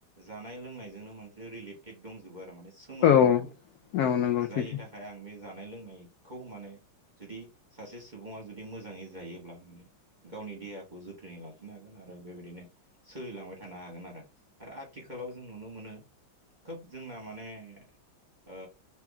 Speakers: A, on the right; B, on the left.
A: जानाय लोंनायजोंनो मानसे रिलेटेड दंजोबो आरो माने सोमोन्दो
B: औ
A: दंजोबो
B: औ नंगौ
A: जायनि
B: सैथो
A: थाखाय आं बे जानाय लोंनाय। खौ माने जुदि सासे सुबुङा जुदि मोजाङै जायोब्ला माने गावनि देहाखौ जोथोनै लाखिनो हागोन आरो बेबायदिनो सोलिलांबाय थानो हागोन आरो। आरो आथिखालाव जों नुनो मोनो। खोब जोंना माने ओ